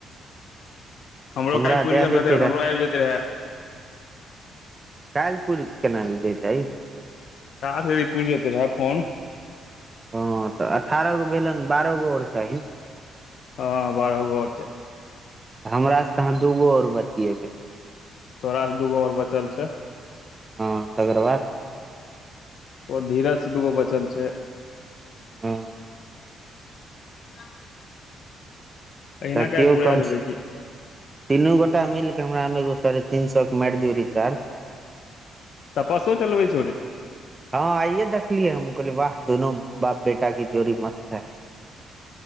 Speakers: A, on the left; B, on the right.
A: हमरो
B: हमरा
A: काल्हि पुर
B: दए
A: गेल
B: दैते
A: रहतै त
B: रह
A: हमरो आब जेतै रहे
B: काल्हि पुरि केना जेतै तै
A: टास्क क ई पूरि जेतै रहै फोन
B: हँ तऽ अठारह गो भेलन बारह गो और चाही
A: हँ बारह गो और चाही
B: तऽ हमरा से त अहाँ दूगो और बतियेबै
A: तोरा से दूगो और बचल छै
B: हं तकर बाद
A: ओ धीरज से दूगो बचल छै
B: हँ
A: <inaudible> अहिना
B: देखियौ
A: कए कऽ पुरा
B: कम
A: देबै की
B: तीनू गोटा मिलके हमरामे एगो साढ़े तीन सौ के मारि दियौ रिचार्ज
A: तपस्यो चलबै छौ रे
B: हँ आइये देखलिये हमहुं कहलियै वाह दोनो बाप बेटा की जोड़ी मस्त है